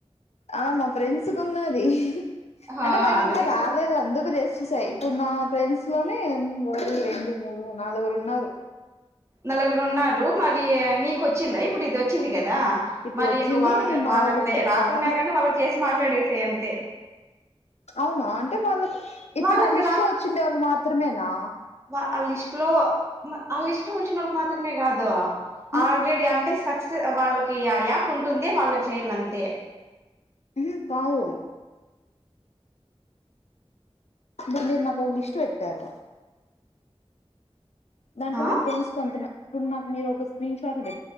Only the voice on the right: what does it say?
ఆ
అందుకే
చె
నలుగురు ఉన్నారు మరీ నీకు ఒచ్చిందా ఇప్పుడు ఇది ఒచ్చింది కదా
మరి
నువ్వు వాళ్ళకి
వాళ్ళకి
రె
రాకుండా గాని వాళ్ళకి చేసి మాట్లాడేసేయన్ తె
వాళ్ళకి
వా ఆ లిస్ట్ లో మ ఆ లిస్ట్ లో వచ్చినోళకి మాత్రమే గాదు
ఆల్రెడీ అంటే సక్స్ వాళ్ళకి ఆ యాప్ ఉంటుంది వాళ్ళ చేయలంతే
ఆ